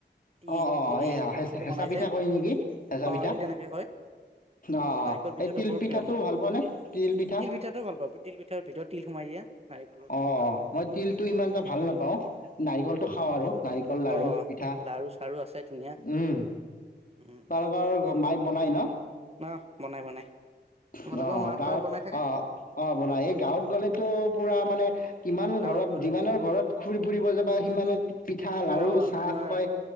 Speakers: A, on the right; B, on the left.
A: তি
B: অ অ
A: হেৰি
B: এই
A: সেনেকৈ
B: হেঁচা
A: বনাই
B: পিঠা
A: যে
B: কয় নেকি হেঁচা
A: অঁ
B: পিঠা
A: এই তেনেকে কয়
B: অ অ
A: নাৰিকত পিঠাটো
B: এই তিল
A: বৰ প্ৰিয়
B: ভাল পোৱানে পিঠা
A: তিল পিঠাটো ভাল পাওঁ তিল পিঠাৰ ভিতৰত তিল সোমাই দিয়া নাৰিকলৰ
B: অ
A: পিঠা
B: মই তিলটো ইমান এটা ভাল নাৰিকলটো খাওঁ আৰু নাৰিকল লাৰু
A: অ
B: পিঠা
A: লাৰু চাৰু আছে ধুনীয়া
B: উম
A: উম
B: তোমালোকৰ
A: তেল পিঠা
B: মায়ে বনাই ন
A: ন বনাই বনাই তোমালোকৰ
B: অঁ
A: মাৰ
B: গাঁৱত
A: ফালে বনাই থাকে
B: অঁ অঁ বনাই এই গাঁৱত গ'লেতো পুৰা মানে কিমান
A: গাঁৱত
B: ঘৰত
A: গ'লে
B: যিমানৰ ঘৰত ঘুৰি ফুৰিব যাব। বা সিমানে পিঠা লাৰু
A: অ
B: চাহ
A: তোমাৰ
B: খুৱাই